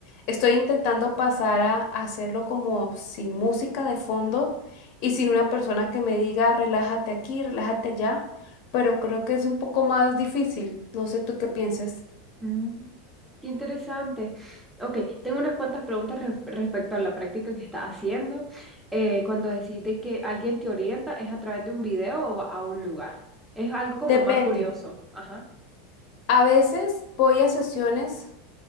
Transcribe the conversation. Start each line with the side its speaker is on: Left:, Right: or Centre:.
Left: Estoy intentando pasar a hacerlo como sin música de fondo y sin una persona que me diga relájate aquí, relájate allá, pero creo que es un poco más difícil. No sé tú qué piensas.
Centre: Mm, Qué interesante. Ok, tengo unas cuantas preguntas res- respecto a la práctica que estás haciendo. Eh, cuando decís que alguien te orienta, ¿es a través de un video o va a un lugar? Es algo como
Left: Depende.
Centre: más curioso. Ajá.
Left: A veces voy a sesiones